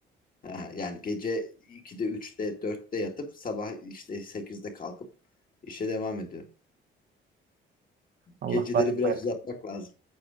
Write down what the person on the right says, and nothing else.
Allah
kolaylık
versin.